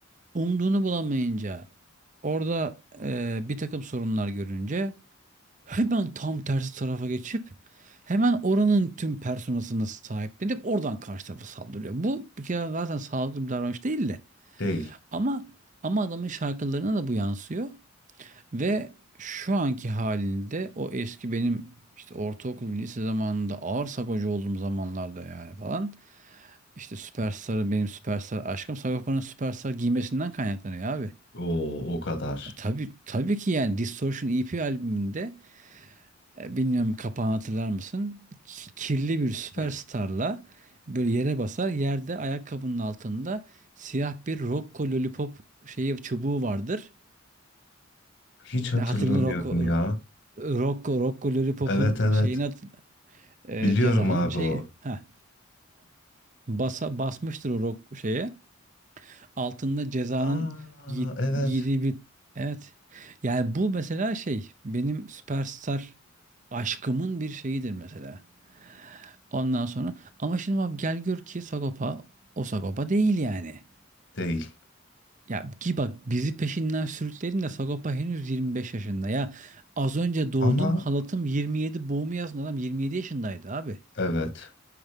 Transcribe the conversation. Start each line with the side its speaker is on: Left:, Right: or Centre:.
Right: umduğunu bulamayınca orada e, bir takım sorunlar görünce Hemen tam tersi tarafa geçip hemen oranın tüm personasını sahiplenip oradan karşı tarafa saldırıyor. Bu bir kere zaten sağlıklı bir davranış değil de.
Left: Değil.
Right: Ama ama adamın şarkılarına da bu yansıyor ve şu anki halinde o eski benim işte ortaokul lise zamanında ağır sagocu olduğum zamanlarda yani falan işte Süperstar'ı benim Süperstar aşkım Sagopa'nın Süperstar giymesinden kaynaklanıyor abi.
Left: O o kadar.
Right: E tabii tabii ki yani Distortion EP albümünde E, Bilmiyorum kapağını hatırlar mısın? Ki- Kirli bir süperstarla
Left: Yok.
Right: böyle yere basar. Yerde ayakkabının altında siyah bir Rocco Lollipop şeyi çubuğu vardır.
Left: Hiç hatırlamıyorum
Right: Ne Hatırla Rocco
Left: ya.
Right: Rocco, Rocco Lollipop'un
Left: Evet evet.
Right: şeyini hat- e,
Left: Biliyorum
Right: cezanın
Left: abi
Right: şey
Left: o.
Right: ha basa basmıştır o rock şeye. Altında cezanın
Left: Aa
Right: giy-
Left: evet.
Right: giydiği bir evet. Yani bu mesela şey benim süperstar aşkımın bir şeyidir mesela. Ondan sonra ama şimdi abi gel gör ki Sagopa o Sagopa değil yani.
Left: Değil.
Right: Ya ki bak bizi peşinden sürükledin de Sagopa henüz 25 yaşında ya. Az önce doğdum
Left: Ama
Right: halatım 27 boğumu yazın adam 27 yaşındaydı abi.
Left: evet.